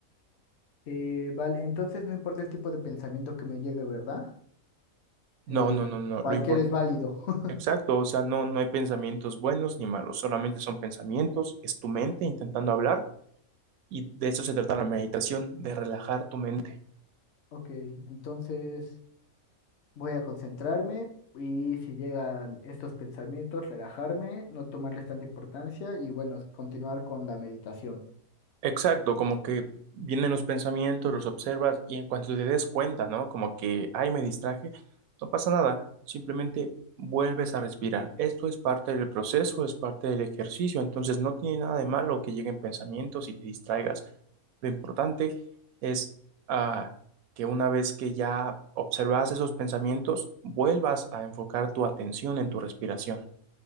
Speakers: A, on the left; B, on the right.
A: Eh, vale, entonces no importa el tipo de pensamiento que me llegue, ¿verdad?
B: No,
A: Eh,
B: no, no, no,
A: cualquier
B: lo importante,
A: es válido. <laughs>
B: exacto, o sea, no, no hay pensamientos buenos ni malos, solamente son pensamientos, es tu mente intentando hablar y de eso se trata la meditación, de relajar tu mente.
A: Ok, entonces... Voy a concentrarme y si llegan estos pensamientos, relajarme, no tomarles tanta importancia y bueno, continuar con la meditación.
B: Exacto, como que vienen los pensamientos, los observas y en cuanto te des cuenta, ¿no? Como que, ay, me distraje, no pasa nada, simplemente vuelves a respirar. Esto es parte del proceso, es parte del ejercicio, entonces no tiene nada de malo que lleguen pensamientos y te distraigas. Lo importante es ah, que una vez que ya observas esos pensamientos, vuelvas a enfocar tu atención en tu respiración.